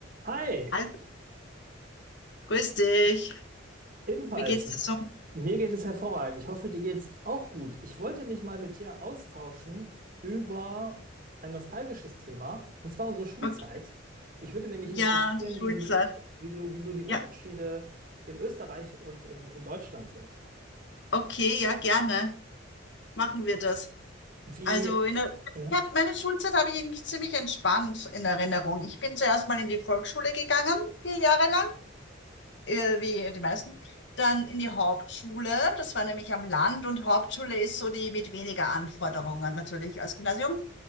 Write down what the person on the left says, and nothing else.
Hallo, grüß dich.
Wie geht's
dir so?
Okay.
Ja,
die Schulzeit.
Ja,
okay, ja, gerne. Machen wir das.
Also in der,
ich hab, meine Schulzeit habe ich eigentlich ziemlich entspannt in Erinnerung. Ich bin zuerst mal in die Volksschule gegangen, vier Jahre lang, äh, wie die meisten. Dann in die Hauptschule. Das war nämlich am Land und Hauptschule ist so die mit weniger Anforderungen natürlich als Gymnasium.